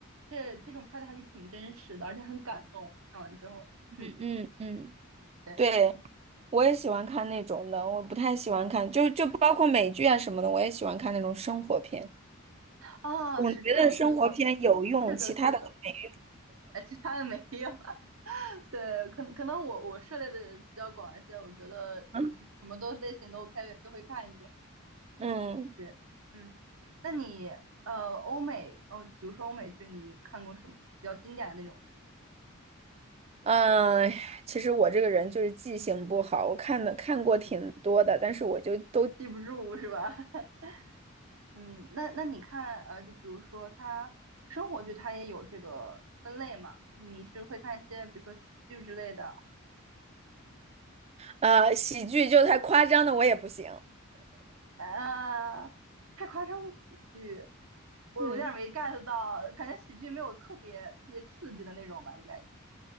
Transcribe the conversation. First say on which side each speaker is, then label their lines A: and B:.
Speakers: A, on the right; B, on the right.
A: 这这种拍的还是挺真实的，而且很感动。看完之后，嗯，
B: 嗯嗯嗯，嗯，
A: 对
B: 对，我也喜欢看那种的，我不太喜欢看，就就包括美剧啊什么的，我也喜欢看那种生活片。
A: 啊，
B: 我觉得生活片有用，
A: 是这样，对，是的，
B: 其他的都没
A: 是的，哎，其他的没有。对，可能可能我我涉猎的比较广一些，我觉得我就是什么都类型都
B: 用。
A: OK 都会看一点。
B: 嗯。
A: 是，嗯，那你呃欧美哦，就比如说欧美剧，你看过什么比较经典的那种是吧？
B: 嗯，其实我这个人就是记性不好，我看的看过挺多的，但是我就都
A: 记不住是吧？<laughs> 嗯，那那你看呃，就比如说它生活剧，它也有这个分类嘛？你是会看一些比如说喜剧之类的
B: 呃喜剧就太夸张的我也不行，
A: 啊？太夸张的喜剧，我有点没
B: 嗯，
A: get 到，感觉喜剧没有特别特别刺激的那种吧，应该。